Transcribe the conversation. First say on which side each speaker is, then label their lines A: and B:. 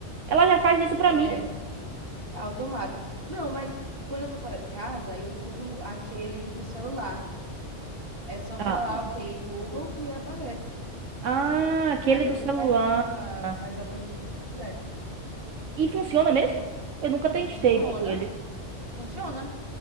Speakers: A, on the right; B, on the right.
A: ela já faz isso para
B: é
A: mim?
B: automático. Não, mas quando eu tô fora de casa, eu uso aquele do celular. É só falar,
A: Ah, ah,
B: ok, Google, que aparece.
A: ah, aquele
B: Aí você
A: do celular.
B: pergunta,
A: Nossa.
B: faz a pergunta que você quiser.
A: E funciona mesmo? Eu nunca
B: Funciona,
A: testei muito ele.
B: funciona.